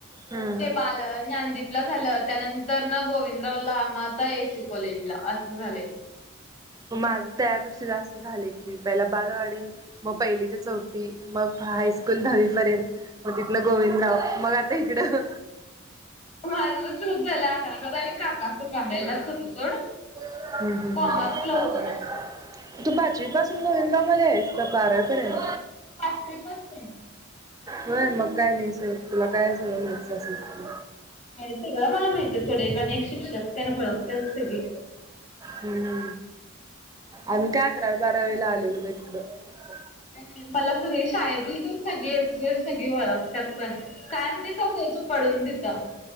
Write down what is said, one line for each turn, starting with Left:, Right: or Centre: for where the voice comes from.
Right: हम्म
Left: ते बाल ज्ञानदीपला झालं, त्यानंतरन गोविंदरावला मग आ ता ए. इ. सी, कॉलेजला आसं झालंय.
Right: माझं त्यापेक्षा जास्त झालंय की, पहिला बालवाडी, मग पहिली ते चौथी मग हायस्कूल दहावी पर्यंत, मग तिथनं गोविंदराव मग आता हिकडं.
Left: माझं पण तसचं झालं आकरा बारावीत काकासु कांबळेलाचं होतो सोड.
Right: हम्म हम्म
Left: कॉमर्सला
Right: हम्म,
Left: होतो मी.
Right: तू पाचवी पासून गोविंदराव मध्ये आहेस का बारा वी पर्यंत?
Left: होय पाचवी पासून.
Right: होय मग काय नाही सोड तुला काय समजलंच असेल की?
Left: व्हय सगळं मला माहीत आहे सोड एक आणि एक शिक्षकतेन ओळखत्यात सगळी.
Right: हम्म आम्ही काय अकरावी बारावीला आलेलो बाई तिकडं. फक्त
Left: काय नाही मला सगळी शाळतील तर सगळी ए टू झेड सगळी ओळ त्यात पण कायम मीच असायचो पडून तिथं.